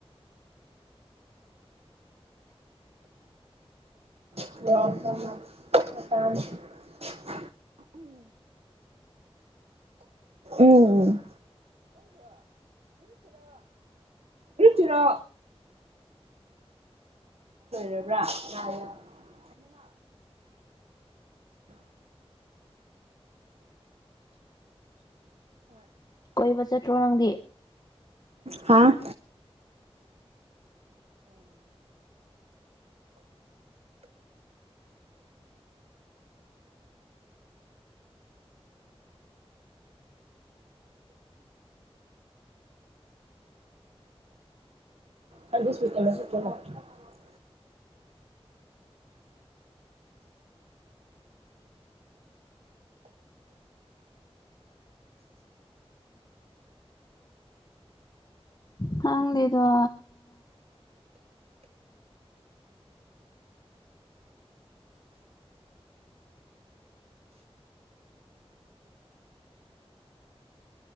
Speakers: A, on the right; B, on the left.
A: <unintelligible> ꯎꯝ ꯨꯆꯤꯔꯣ ꯂꯩꯕ꯭ꯔꯥ <unintelligible>
B: ꯀꯣꯏꯕ ꯆꯠꯇ꯭ꯔꯣ ꯅꯪꯗꯤ
A: ꯍꯥꯥ <unintelligible>
B: ꯈꯪꯗꯦꯗ